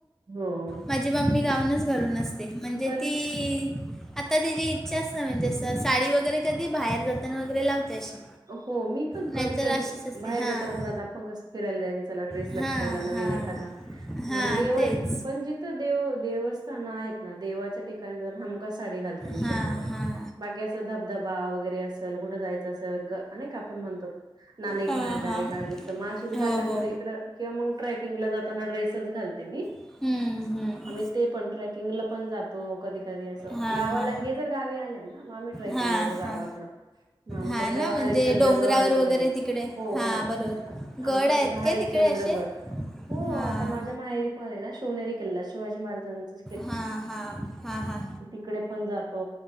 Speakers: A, on the right; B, in the centre.
A: हो
B: माझी मम्मी गाऊनच घालून असते म्हणजे
A: परत
B: ति आता तिची इच्छाच नाही म्हणजे अशी साडी वगैरे कधी बाहेर जाताना वगैरे लावते अशी.
A: हो मी पण
B: नाहीतर
A: कधीतरी
B: अशीच असते
A: बाहेर
B: हां
A: जाताना पण आता आपण कसं फिरायला जायचं ड्रेस
B: हां
A: लटकवला नवीन
B: हां
A: एखादा
B: हां
A: पण देवाच्या
B: तेच
A: पण जि थ देव देवस्थान आहेत ना देवाच्या ठिकाणी हमखास साडी घालते मी
B: हां
A: शक्यतो
B: हां
A: बाकी असं धबधबा वगैरे असल कुठ जायचं अस अ ग नाय का आपण म्हणतो नाणे घाट,
B: हां
A: डारे
B: हां
A: घाट जस माळशेज
B: हो
A: घाटांमध्ये
B: हो
A: तिकड किंवा मग ट्रेकिंगला जाताना ड्रेसच घालते मी
B: हम्म, हम्म.
A: आम्ही ते पण ट्रेकिंगला पण जातो कधी कधी असं
B: हां
A: गावाला
B: हां
A: हे जर गावी आले ना हा मग आम्ही ट्रेकिंगला
B: हां
A: जातो गावाकडे
B: हां
A: आमच्या
B: हां ना म्हणजे
A: हरिचंद्रगड
B: डोंगरावर
A: वगैरे
B: तिकडे
A: हो
B: हां
A: हो
B: बरोबर गड
A: आमच्याकडे
B: आहेत
A: तर
B: काय
A: हरिश्चंद्रगड
B: तिकडे असे
A: हो
B: हां
A: आता माझ्या माहेरी पणय ना शिवनेरी किल्ला, शिवाजी महाराजांचा
B: हां हा हा हा.
A: इकडे पण जातो